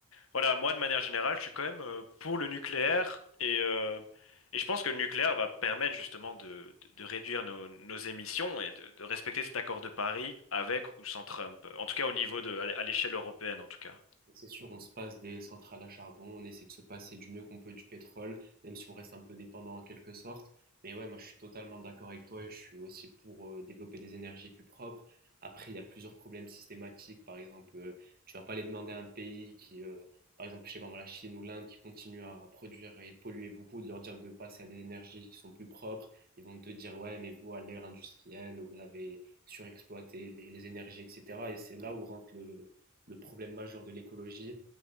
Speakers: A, on the left (about 75°); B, on the right (about 45°).
A: voilà, moi, de manière générale, je suis quand même euh, pour le nucléaire et, euh, et je pense que le nucléaire va permettre justement de, de- de réduire nos, nos émissions et de, de respecter cet accord de Paris avec ou sans Trump. En tout cas, au niveau de, à l'échelle européenne, en tout cas.
B: C'est sûr, on se passe des centrales à charbon, on essaie de se passer du mieux qu'on peut du pétrole, même si on reste un peu dépendant en quelque sorte. Mais ouais, moi je suis totalement d'accord avec toi et je suis aussi pour euh, développer des énergies plus propres. Après, il y a plusieurs problèmes systématiques. Par exemple, euh, tu vas pas les demander à un pays qui, euh, par exemple, je sais pas moi, la Chine ou l'Inde qui continue à produire et polluer beaucoup, de leur dire de passer à des énergies qui sont plus propres. Ils vont te dire, ouais, mais vous, à l'ère industrielle, vous avez surexploité les, les énergies, etc. Et c'est là où rentre le le problème majeur de l'écologie,